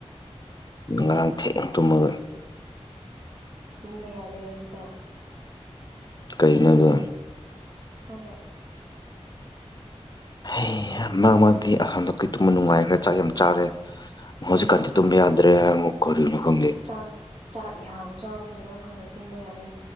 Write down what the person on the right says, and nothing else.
ꯇꯨꯝꯕ ꯌꯥꯗꯦ ꯍꯧꯖꯤꯛꯀ
ꯑꯃꯦꯛ
ꯆꯥꯛ ꯆꯥꯛ ꯌꯥꯝ ꯆꯥꯕꯒꯤꯔ ꯈꯪꯂꯦ ꯇꯨꯝꯕ ꯌꯥꯗꯦ